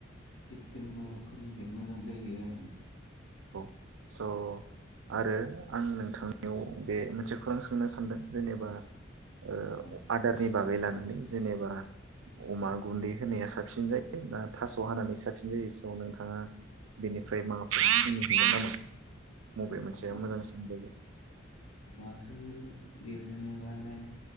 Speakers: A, on the left; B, on the right.
A: सेप्तेमबर फोरनिफ्राय मोजां जायो आरोना
B: औ स' आरो आं नोंथांनियाव बे मोनसे खौरां सोंनो सानदों जेनेबा ओ
A: औ
B: आदारनि बाग बे लानानै जेनेबा अमा गुन्दै होनाया साबसिन जायो ना थास' हानानै साबसिन जायो स' नोंथाङा बेनिफ्राय माबाफोर बुंनो थोगोन नामा मबे मोनसे
A: औ
B: मोजांसिन जायो
A: अमाखौ देरहोनोबालाय